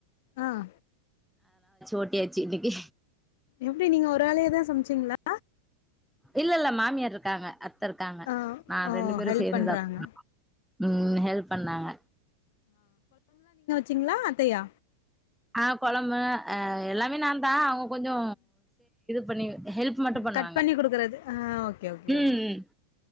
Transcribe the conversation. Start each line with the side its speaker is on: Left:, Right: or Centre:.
Left: ஆஹ
Centre: ஓட்டியாச்சி இன்னிக்கி
Left: எப்டி நீங்க ஒராளேதா சமச்சீங்ளா
Centre: இல்ல இல்ல மாமியார் இருக்காங்க அத் த இருக்காங்க
Left: ஆ
Centre: நா
Left: ஓ
Centre: ரெண்டு பேரு
Left: ஹெல்ப்
Centre: சேந்துதா
Left: பண்றாங்க
Centre: பண்ணோ உம் ஹெல்ப் பண்ணாங்க
Left: சீங்ளா அத்தையா
Centre: ஆஹ கொழம்பு அ எல்லாமே நா தா அவ கொஞ்சோ பண்ணி ஹெல்ப் மட்டும் பண்ணுவாங்க.
Left: கட் பண்ணி குடுக்குறது ஓகே ஓகே
Centre: ம் ம்.